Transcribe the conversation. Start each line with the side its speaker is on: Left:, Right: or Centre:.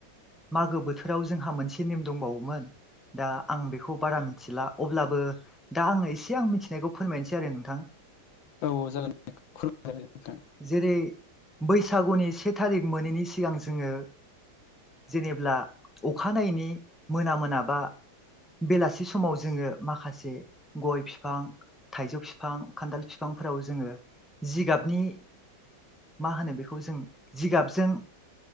Centre: मागो बोथोराव जोंहा मोनसे नेम दंबावोमोन दा आं बेखौ बारा मिथिला अब्लाबो दा आङो एसे आं मिथिनायखौ फोरमायनोसै आरो नोंथां
Left: औ औ जागोन <unintelligible> नोंथां
Centre: जेरै बैसागुनि से थारिख मोनैनि सिगां जोङो जेनेब्ला अखानायनि मोना मोनाबा बेलासि समाव जोङो माखासे गय बिफां थाइजौ फिफां खान्थाल फिफांफोराव जोङो जिगाबनि मा होनो बेखौ जों जिगाबजों